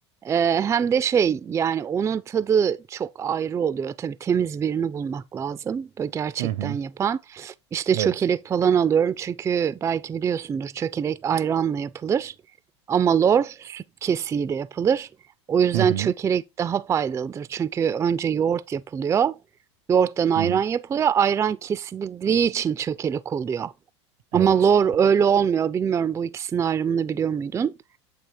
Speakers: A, on the right; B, on the right.
A: ee, hem de şey yani onun tadı çok ayrı oluyor. Tabii temiz birini bulmak lazım. Böyle gerçekten
B: Hı hı.
A: yapan. İşte çökelek
B: Evet.
A: falan alıyorum. Çünkü belki biliyorsundur çökelek ayranla yapılır. Ama lor süt kesiğiyle yapılır. O yüzden
B: Hı hı.
A: çökelek daha faydalıdır. Çünkü önce yoğurt yapılıyor. Yoğurttan ayran
B: Hı hı.
A: yapılıyor. Ayran kesildiği için çökelek oluyor. Ama
B: Evet.
A: lor öyle olmuyor. Bilmiyorum bu ikisinin ayrımını biliyor muydun?